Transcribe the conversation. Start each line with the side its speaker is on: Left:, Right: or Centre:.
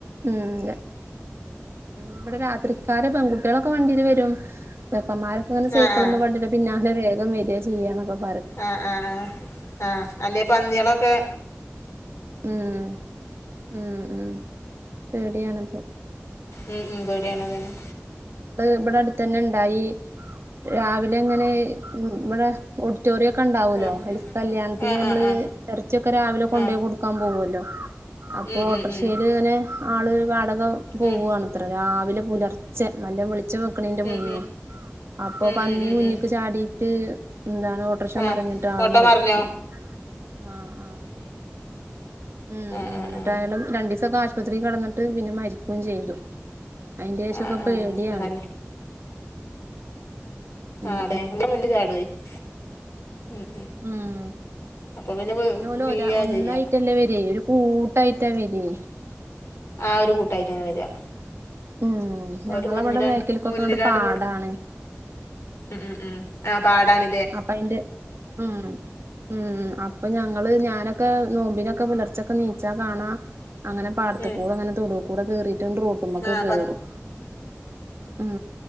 Right: ഉം ഇബടെ രാത്രികാരെ പെ കുട്ട്യളൊക്കെ വണ്ടീൽ വരും ചെ ക്കമ്മാരൊക്കെ ഇങ്ങനെ സൈക്കൾമേ
Left: ആ ആ
Right: വണ്ടിന്റെ പിന്നാ വേഗം വരാ ചെയ്യാന്നൊക്കെ പ
Left: ആ ആ ആ ആ അല്ലെ പന്നിയാളൊക്കെ
Right: ഉം ഉം ഉം പേടിയാണപ്പോ.
Left: ഉം ഉം പേടി യാണതന്നെ.
Right: ഇവിടെ ത്തന്നെണ്ടായി രാവിലങ്ങനെ ഉം ഇവിടെ ഡിറ്റോറിയം ഒക്കെ ഉണ്ടാവുമല്ലോ
Left: ആ
Right: അതിക്ക് കല്യാണത്തിന്
Left: ആ
Right: നമ്മള്
Left: ആ ആ
Right: എറച്ചിയൊക്കെ രാവിലെ കൊണ്ടുപോയി
Left: ആ
Right: കൊടുക്കാൻ പോകുമല്ലോ അപ്പോൾ
Left: ഉം
Right: ഓട്ടോറിക്ഷേൽ
Left: ഉം ഉം
Right: ഇങ്ങനെ ആള് വാട പോവ്വാണ്
Left: ഉം
Right: ഇത്ര രാവിലെ പുലർ ചെ നല്ല വെളിച്ചം വെക്കണീന്റെ
Left: ഉം
Right: മുന്നേ
Left: ഉം
Right: അപ്പൊ
Left: ഉം
Right: പന്നി
Left: ഉം ഉം
Right: മുന്നിക്ക്
Left: ഉം
Right: ചാടീട്ട് എന്താണ് ഓട്രക്ഷ
Left: ആ
Right: മറിഞ്ഞിട്ട് ആള്
Left: ഓട്ടോ
Right: മരിച്ചു
Left: മറിഞ്ഞോ
Right: ആ ആ ഉം
Left: ആ
Right: ഉം
Left: ആ
Right: എന്നിട്ടയാള്
Left: ആ
Right: രണ്ടീസൊക്കെ ആശുപത്രിയിൽ കെടന്നി ട്ട് പിന്നെ മരിക്കുകയും ചെയ്തു. അയിന്റെ ശേഷൊക്കെ
Left: ആ ആ
Right: പേടിയാണ്.
Left: നല്ല
Right: ഉം
Left: ആ അതെ എന്റെ മുന്നിൽ <unintelligible> ഉം
Right: ഉം
Left: അപ്പം വീ
Right: പിന്നെ ഓല് ഒ
Left: വീഴാ
Right: ഒന്നായിട്ടല്ല
Left: ചെയ്യാ
Right: വരേ ഒരു കൂ ട്ടായിറ്റാ വരി.
Left: ആ ഒരു കൂട്ടായിട്ടാണ് വരിക.
Right: ഉം ഞങ്ങളവിടെ
Left: ഓര് മുന്നിലാണ്
Right: ബേക്കിൽക്കൊക്കെ
Left: മുന്നിലാണ്
Right: അങ്ങട് പാടാണ്
Left: പെടും ഉം ഉം ആ പാടാണ്.
Right: അപ്പോ അതിന്റെ ഉം ഉം അപ്പോ ഞങ്ങള് ഞാനൊക്കെ നോമ്പിനൊക്കെ പുലർച്ചക്ക് എണിച്ചാ കാണാ അങ്ങനെ പാടത്തുക്കൂടങ്ങനെ
Left: ഉം
Right: തോടും ഇവിടെ കേറി രണ്ടു റൂമൊക്കെ
Left: ആ
Right: കേറും. ഉം